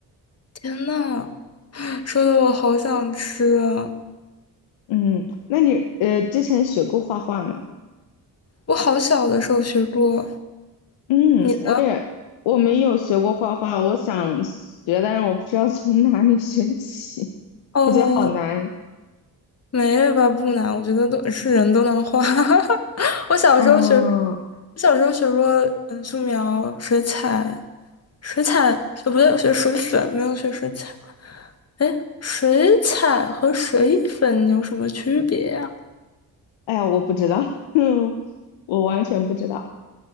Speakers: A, on the left; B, on the left.
A: 天呐，说的我好想吃啊！
B: 嗯，那你呃之前学过画画吗？
A: 我好小的时候学过，
B: 嗯，
A: 你呢？
B: 我也我没有学过画画，我想学，但是我不知道从哪里学起，
A: 哦。
B: 我觉得好难。
A: 没吧，不难，我觉得都是人都能画。<laughs> 我小时候学，
B: 嗯，
A: 我小时候学过嗯素描、水彩、水彩，呃，不对，我学水粉，没有学水彩。哎，水彩和水粉有什么区别呀、
B: 哎呀，我不知道，<laughs> 我完全不知道。